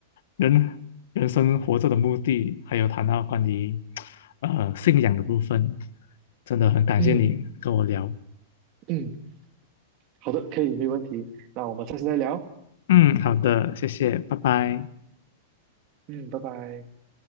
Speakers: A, on the left; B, on the right.
A: 人人生活着的目的，还有谈到关于呃信仰的部分，真的很感谢你跟我聊。
B: 嗯嗯，嗯好的，可以，没有问题。那我们下次再聊。
A: 嗯，好的，谢谢，拜拜。
B: 嗯，拜拜。